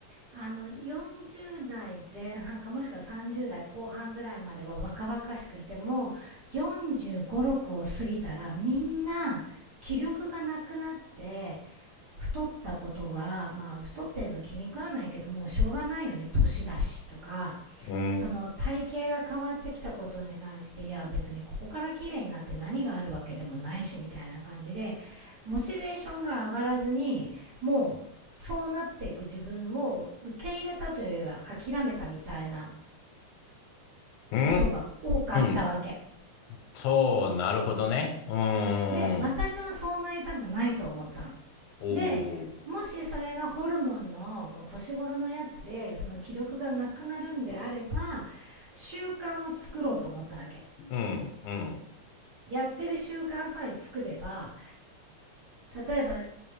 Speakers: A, on the right; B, on the left.
A: あの、40代前半かもしくは30代後半ぐらいまでは若々しくいても、45、6を過ぎたらみんな気力がなくなって太ったことが、まあ太ってんの気に食わないけどもうしょうがないよね、年だしとか、
B: うん。
A: その体型が変わってきたことに関して、いや別にここから綺麗になって何があるわけでもないしみたいな感じで、モチベーションが上がらずに、もうそうなっていく自分を受け入れたというよりは諦めたみたいな
B: うー
A: 人が多かったわけ。
B: ん。そう、なるほどね。うーん。
A: で、私はそうなりたくないと思ったの。
B: おお。
A: で、もしそれがホルモンのもう年頃のやつで、その気力がなくなるんであれば、習慣を作ろうと思ったわけ。
B: うん、うん、
A: やってる習慣さえ作れば、例えば